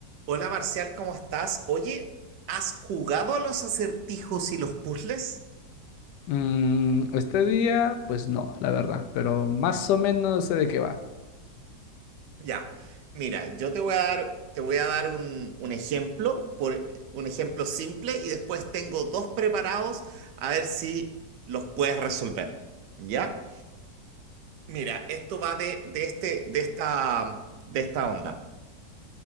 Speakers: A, on the right; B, on the left.
A: Hola Marcial, ¿cómo estás? Oye, ¿has jugado a los acertijos y los puzzles?
B: Mm, este día, pues no, la verdad, pero más o menos sé de qué va,
A: Ya, mira, yo te voy a dar, te voy a dar un, un ejemplo, por, un ejemplo simple, y después tengo dos preparados a ver si los puedes resolver. ¿Ya? Mira, esto va de, de este, de esta, de esta onda.